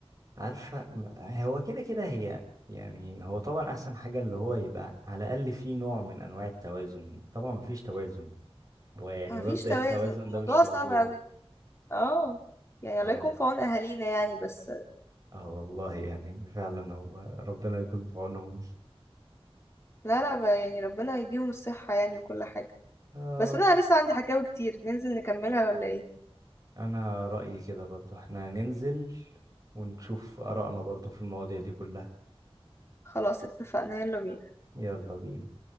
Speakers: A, on the right; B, on the left.
A: عارفة م- هو كده كده هي يعني هو طبعا أحسن حاجة اللي هو يبقى على الأقل في نوع من أنواع التوازن طبعا مفيش توازن هو يعني
B: مفيش
A: مبدأ
B: توازن
A: التوازن
B: الموضوع
A: ده مش موجود
B: صعب قوي اه يعني
A: ف...
B: الله يكون في عون اهالينا يعني بس
A: اه والله يعني فعلا هو ربنا يكون في عونهم
B: لا لا ب- يعني ربنا يديهم الصحة يعني وكل حاجة
A: <laughs> يا
B: بس
A: رب
B: انا لسه عندي حكاوي كتير ننزل نكملها ولا ايه
A: أنا رأيي كده برضو احنا ننزل ونشوف آرائنا برضو في المواضيع دي كلها
B: خلاص اتفقنا يلا بينا
A: يلا بينا